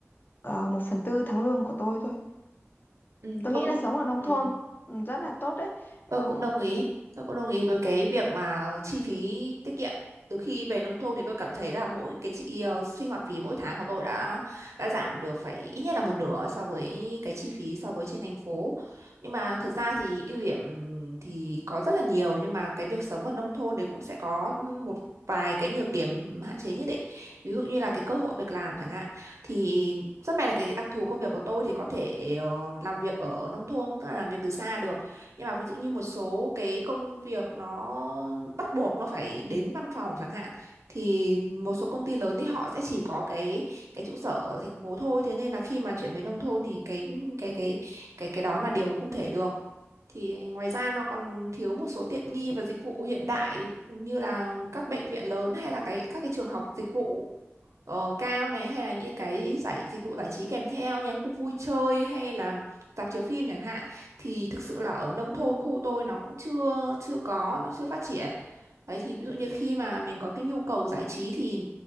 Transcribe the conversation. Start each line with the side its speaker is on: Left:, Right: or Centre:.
Left: uh, một phần tư tháng lương của tôi thôi.
Right: Ừ,
Left: Tôi
Right: tôi
Left: nghĩ
Right: cũng
Left: là sống ở nông
Right: ừ.
Left: thôn ừ, rất là tốt đấy. Ờ,
Right: Tôi cũng đồng ý. Tôi cũng đồng ý với cái việc mà chi phí tiết kiệm. Từ khi về nông thôn thì tôi cảm thấy là mỗi cái chi ờ, sinh hoạt phí mỗi tháng của tôi đã đã giảm được phải ít nhất là một nửa so với cái chi phí so với trên thành phố. Nhưng mà thật ra thì ưu điểm thì có rất là nhiều nhưng mà cái việc sống ở nông thôn thì cũng sẽ có một vài cái nhược điểm hạn chế nhất định. Ví dụ như là cái cơ hội việc làm chẳng hạn. Thì rất may là cái đặc thù công việc của tôi thì có thể ờ, làm việc ở nông thôn, tức là làm việc từ xa được nhưng mà ví dụ như một số cái công việc nó bắt buộc nó phải đến văn phòng chẳng hạn thì một số công ty lớn thì họ sẽ chỉ có cái cái trụ sở ở thành phố thôi thế nên là khi mà chuyển về nông thôn thì cái cái cái cái cái đó là điều không thể được. Thì ngoài ra nó còn thiếu một số tiện nghi và dịch vụ hiện đại như là các bệnh viện lớn hay là cái các cái trường học dịch vụ ờ, cao này hay là những cái giải dịch vụ giải trí kèm theo như là khu vui chơi hay là rạp chiếu phim chẳng hạn thì thực sự là ở nông
Left: ừ,
Right: thôn khu tôi nó cũng chưa chưa có nó chưa phát triển đấy thì ví dụ như khi mà mình có cái nhu cầu giải trí thì